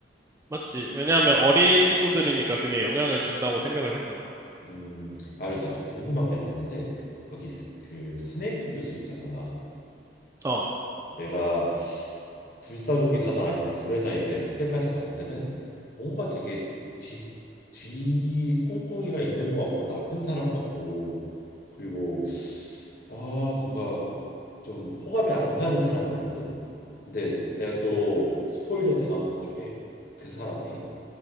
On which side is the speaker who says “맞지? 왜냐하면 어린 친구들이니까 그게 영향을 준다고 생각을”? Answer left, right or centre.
Right